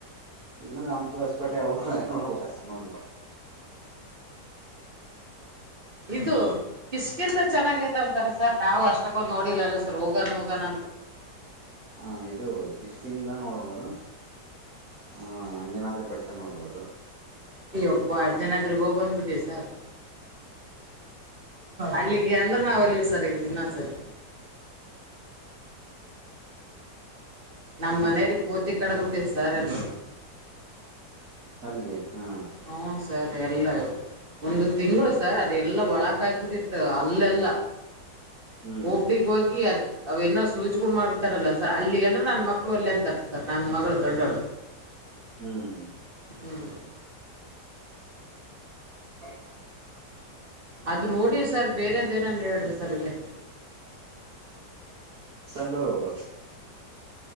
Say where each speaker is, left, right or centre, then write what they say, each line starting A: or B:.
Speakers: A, on the right; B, on the right.
A: ಇಲ್ಲಂದ ಅಮಪ ವಸ್ಪೇೆ ನೋ ನೋಡಿದ್ದ <unintelligible>
B: ಇದು ಕಿಸ್ಕಿಂದ ಚೆನ್ನಾಗಐತಿ ಅಂತಾರೆ ಸರ್ ನಾವು ಅಷ್ಟಕ್ಕೊಂದು ನೋಡಿಲ್ಲಲ್ಲ ಸರ್ ಹೋಗನ್ ಹೋಗನ್.
A: ಹ ಇದು ಕಿಸ್ಕಿಂಧ ನೋಡ್ಬೋದು. ಹ ಅಂಜನಾದ್ರಿ ಬೆಟ್ಟ ನೋಡ್ಬೋದು.
B: ಎಪ್ಪ ಆಂಜನಾದ್ರಿಗೆ ಹೋಗ್ಬಂದ್ಬಿಟ್ಟಿವಿ ಸರ್. ಅಲ್ಲಿಗೆ ಅಂದ್ರೆ ನಾವ್ ಒಲ್ವಿ ಸರ್ ಇನ್ನೊಂದ್ಸರಿ. ನಮ್ಮ್ ಮನೆವ್ರಿಗೆ ಕೋತಿ ಕಡ್ದ್ಬಿಟಿತ್ತು ಸರ್ ಅಲ್ಲಿ.
A: ಅಲ್ಲಿ ಹಾ
B: ಹ್ಮ್ ಸರ್ ಎಲ್ಲ ಒಂದು ತಿಂಗಳು ಸರ್ ಅದೆಲ್ಲ ಒಳಕ್ ಹಾಕ್ಬಿಟ್ಟಿತ್ತು ಹಲ್ಲೆಲ್ಲ.
A: ಹ್ಮ್
B: ಒಪಿಡಿ ಹೋಗಿ ಅವೇನೋ ಸೂಜಿಗಳು ಮಾಡತಗರಾಲ ಸರ್ ಅಲ್ಲಿಗೆ ಅಂದ್ರ ನನ್ನ ಮಕ್ಕಳು ಒಲ್ಯ ಅಂತಾರ. ಸರ್ ನನ್ನ ಮಗಳು ದೊಡ್ಡೋಳು
A: ಹ್ಮ್
B: ಹ್ಮ್
A: ಹ
B: ಅದ ನೋಡಿವಿ ಸರ್ ಬೇರೆದ್ ಏನನ್ ಹೇಳ್ರಿ ಸರ್ ಇಲ್ಲಿ.
A: ಸಂಡೊರ್ ಅವರು